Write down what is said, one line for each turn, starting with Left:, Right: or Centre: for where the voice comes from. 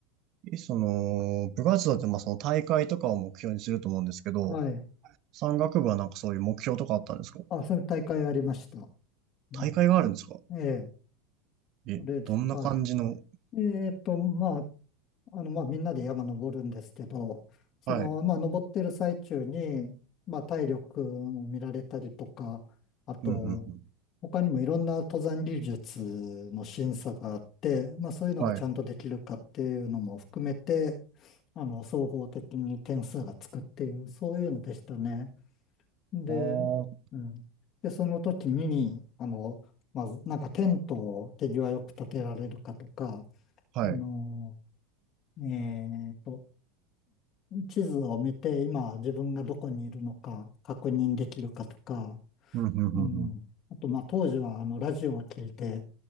Right: え、その、部活動って、まあ、その大会とかを目標にすると思うんですけど、
Left: はい。
Right: 山岳部はなんかそういう目標とかあったんですか
Left: あ、それ大会ありました。ね。
Right: 大会があるんですか
Left: ええ。
Right: え、
Left: それで、
Right: どんな感じの、
Left: はい。えっと、まあ、あの、まあ、みんなで山登るんですけど、その、
Right: はい。
Left: まあ、登ってる最中に、まあ、体力を見られたりとか、あと、
Right: うんうんうん。
Left: 他にもいろんな登山技術の審査があって、まあ、そういうのがちゃんとできるかっていうのも含めて、
Right: はい。
Left: あの、総合的に点数がつくっていう、そういうのでしたね。で、
Right: ああ、
Left: うん。で、その時に、あの、まず、なんかテントを手際よく立てられるかとか、
Right: はい。
Left: あの、えーと、地図を見て、今自分がどこにいるのか確認できるかとか、
Right: うんうんうんうん。
Left: うん。あと、まあ、当時は、あの、ラジオを聞いて、